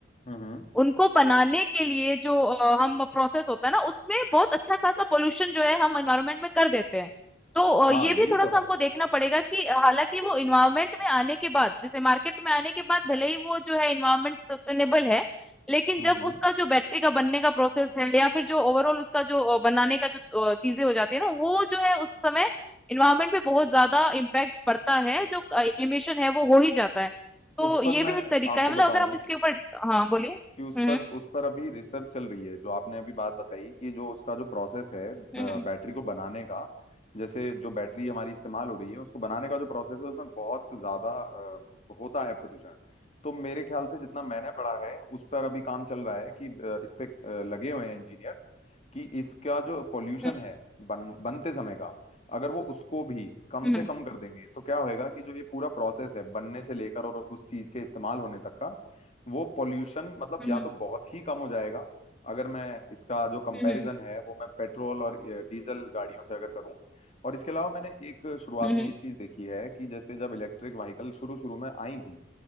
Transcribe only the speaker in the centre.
उनको बनाने के लिए जो अ, हम प्रोसेस होता है ना उसमें बहुत अच्छा खासा पोल्यूशन जो है हम एनवायरमेंट में कर देते हैं तो अ,
ये भी
थोड़ा
सा
हमको देखना पड़ेगा कि हालांकि वो एनवायरमेंट में आने के बाद जैसे मार्केट में आने के बाद भले ही वो जो है एनवायरमेंट सस्टेनेबल है लेकिन
जब
उसका जो बैटरी का बनने का प्रोसेस है या फिर जो ओवरऑल उसका जो अ, बनाने का जो अ, चीजें हो जाती है ना वो जो है उस समय इन्वायरमेंट पे बहुत ज्यादा इम्पैक्ट पड़ता है जो इमिशन है वो हो ही जाता है तो
ये भी
एक तरीका
है मतलब
अगर हम इसके ऊपर हाँ बोलिए
हम्म
हम्म
हम्म
हम्म
हम्म
हम्म
हम्म